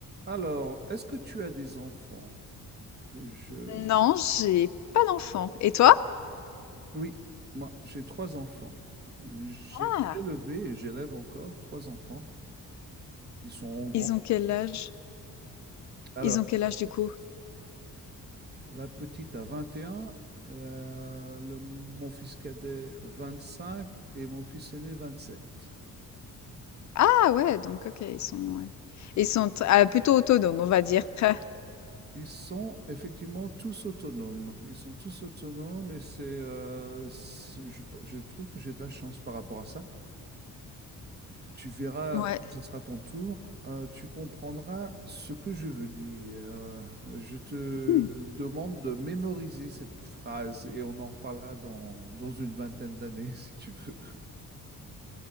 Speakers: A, on the right (about 30°); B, on the left (about 55°).
A: Alors, est-ce que tu as des enfants? Je...
B: Non, j'ai pas d'enfant. Et toi?
A: Oui, moi, j'ai trois enfants. J'ai
B: Ah!
A: élevé et j'élève encore trois enfants qui sont grands.
B: Ils ont quel âge?
A: Alors,
B: Ils ont quel âge du coup?
A: la petite a 21, euh, le- mon fils cadet 25 et mon fils aîné 27.
B: Ah ouais, donc OK, ils sont ouais. Ils sont t ah, plutôt autonomes, on va dire. <laughs>
A: Ils sont effectivement tous autonomes. Ils sont tous autonomes et c'est, euh, c'est- je, je trouve que j'ai de la chance par rapport à ça. Tu verras,
B: Ouais.
A: quand ce sera ton tour, euh, tu comprendras ce que je veux dire. Je te
B: Mmh.
A: demande de mémoriser cette phrase et on en reparlera dans, dans une vingtaine d'années, <laughs> si tu veux.